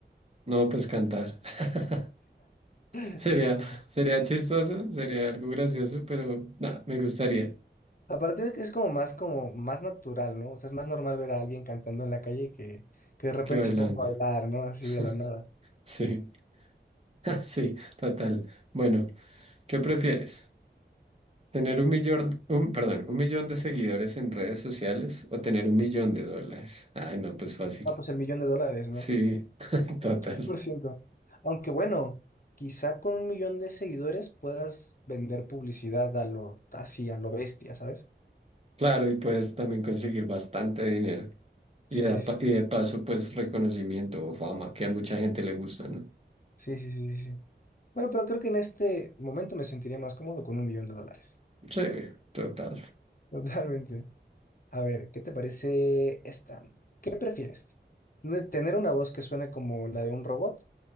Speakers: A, on the right; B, on the left.
A: No, pues cantar. <laughs>
B: <laughs>
A: Sería, sería chistoso, sería algo gracioso, pero nada, me gustaría
B: Aparte de que es como más, como más natural, ¿no? O sea, es más normal ver a alguien cantando en la calle que, que de repente
A: que bailando.
B: se ponga a bailar, ¿no? Así
A: <laughs>
B: de la nada.
A: Sí, <laughs> sí, total. Bueno, ¿qué prefieres? ¿Tener un millón, un, perdón, un millón de seguidores en redes sociales o tener un millón de dólares? Ay, no, pues fácil.
B: Ah, pues el millón de dólares, ¿no?
A: Sí, <laughs> total.
B: <laughs> cien por ciento. Aunque bueno, quizá con un millón de seguidores puedas vender publicidad a lo, así, a lo bestia, ¿sabes?
A: Claro, y puedes también conseguir bastante dinero.
B: Sí,
A: Y de,
B: sí,
A: pa-
B: sí.
A: y de paso, pues reconocimiento o fama, que a mucha gente le gusta, ¿no?
B: Sí, sí, sí, sí. sí. Bueno, pero creo que en este momento me sentiría más cómodo con un millón de dólares.
A: Sí, total.
B: <laughs> Totalmente. A ver, ¿qué te parece esta? ¿Qué prefieres? ¿Ne- ¿Tener una voz que suene como la de un robot?